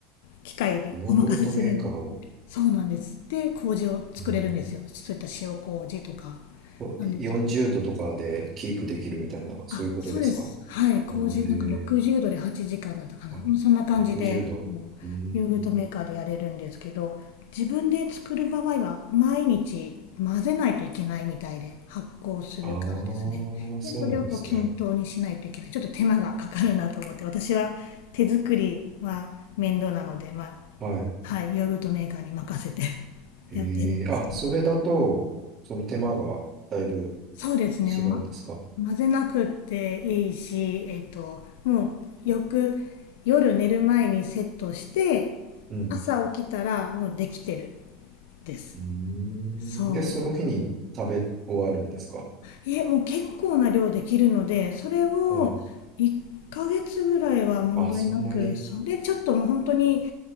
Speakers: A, on the left; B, on the right.
A: 機械にお任せする。
B: ヨーグルトメーカーを、
A: そうなんです。で、麹を作れるんですよ。
B: うん
A: そういった塩麹とか
B: こ40度とかでキープできるみたいな、
A: なんです。
B: そういうことですか。
A: あ、そうです。はい。麹、
B: へえ
A: なんか60度で8時間だったかな。
B: あ、
A: うんそんな感じで、
B: 60度。
A: こうヨーグルトメーカーでやれるんですけど、
B: うーん。
A: 自分で作る場合は、毎日混ぜないといけないみたいで、発酵するからですね。
B: ああ、そうなんですね。
A: で、それをこう均等にしないといけない。ちょっと手間がかかるなと思って、私は手作りは面倒なので、まあ、
B: はい。
A: はい、ヨーグルトメーカーに任せて <laughs>
B: ええ、
A: やっているんですけど。
B: あ、それだと、その手間がだいぶ
A: そうですね、
B: 違うんですか
A: ま、混ぜなくていいし、えっと、もうよく夜寝る前にセットして
B: うん。
A: 朝起きたらもうできてるです
B: うーん。
A: そう
B: で、その日に食べ終わるんですか
A: いえもう結構な量できるのでそれを1ヶ月ぐらいは問題なくそれちょっともう本当に
B: はい。あ、そんなに